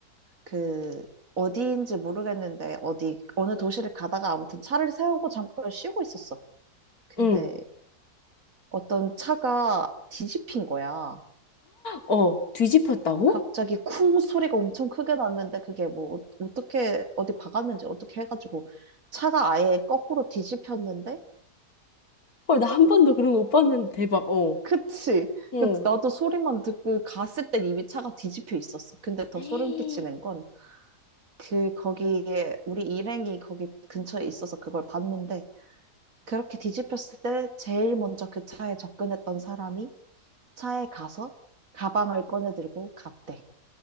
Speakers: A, on the right; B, on the left.
A: 그 어디인지 모르겠는데 어디 어느 도시를 가다가 아무튼 차를 세우고 잠깐 쉬고 있었어. 근데
B: 응,
A: 어떤 차가 뒤집힌 거야.
B: 어, 뒤집혔다고?
A: 갑자기 쿵 소리가 엄청 크게 났는데 그게 뭐 어- 어떻게 어디 박았는지 어떻게 해가지고 차가 아예 거꾸로 뒤집혔는데
B: 헐, 나 한 번도 그런 거 못 봤는데 대박, 어,
A: 그치.
B: 응.
A: 그래서 나도 소리만 듣고 갔을 땐 이미 차가 뒤집혀 있었어. 근데 더
B: 헤이.
A: 소름 끼치는 건 그 거기에 우리 일행이 거기 근처에 있어서 그걸 봤는데 그렇게 뒤집혔을 때 제일 먼저 그 차에 접근했던 사람이 차에 가서 가방을 꺼내 들고 갔대.